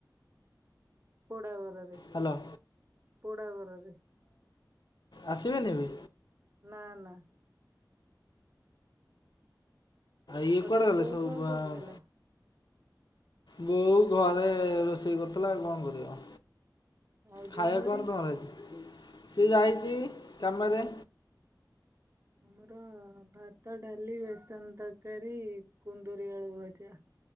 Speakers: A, on the right; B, on the left.
A: ପୋଡାବରରେ
B: ହ୍ୟାଲୋ
A: ପୋଡାବରରେ।
B: ଆସିବେନି ଏବେ
A: ନା ନା।
B: ଇଏ
A: ଆଉ
B: କୁଆଡ଼େ
A: ତୋ
B: ଗଲେ
A: ବୋଉ
B: ସବୁ
A: କଣ
B: ବା-
A: କରୁଥିଲା?
B: ବୋଉ ଘରେ ରୋଷେଇ କରିୁଥିଲା କଣ କରିବ।
A: ଆଉ
B: ଖାଇବା
A: ଝୁମୁରି?
B: କଣ ତମର ସିଏ ଯାଇଛି କାମରେ।
A: ଆମର ଭାତ ଡାଲି ବେସନ ତରକାରୀ କୁନ୍ଦୁରି ଆଳୁ ଭଜା।